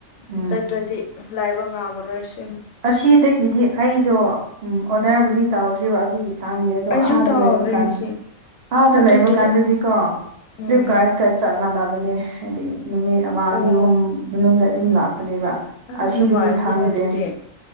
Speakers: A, on the right; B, on the left.
A: ꯎꯝ
B: ꯆꯠꯇ꯭ꯔꯗꯤ ꯂꯥꯏꯕ ꯉꯥꯝꯃꯔꯣꯏꯁꯨ
A: ꯑꯁꯤꯗꯒꯤꯗꯤ ꯑꯩꯗꯣ ꯎꯝ ꯑꯣꯗꯔꯕꯨꯗꯤ ꯇꯧꯗ꯭ꯔꯤꯕ ꯑꯗꯨꯒꯤ ꯈꯥꯡꯗꯦ ꯑꯗꯣ
B: ꯑꯩꯁꯨ
A: ꯑꯥꯗ
B: ꯇꯥꯎꯗꯣꯏꯅꯤꯁꯤ
A: ꯂꯩꯕ ꯀꯥꯟꯗ ꯑ ꯑꯗꯨ
B: ꯑꯗꯨꯗꯤ
A: ꯂꯩꯕ ꯀꯥꯟꯗꯗꯤꯀꯣ ꯐ꯭ꯂꯤꯞꯀꯥꯔꯠꯀ
B: ꯎꯝ
A: ꯆꯞ ꯃꯥꯟꯅꯕꯅꯦ ꯍꯥꯏꯗꯤ ꯅꯨꯃꯤꯠ ꯑꯃ ꯑꯅꯤ
B: ꯑꯣ
A: ꯑꯍꯨꯝ ꯃꯅꯨꯡꯗ ꯑꯗꯨꯝ ꯂꯥꯛꯄꯅꯦꯕ
B: ꯑ
A: ꯑꯁꯤꯗꯗꯤ
B: ꯅꯨꯡꯉꯥꯏꯗꯅ
A: ꯈꯪꯗꯦ
B: ꯑꯗꯨꯗꯤ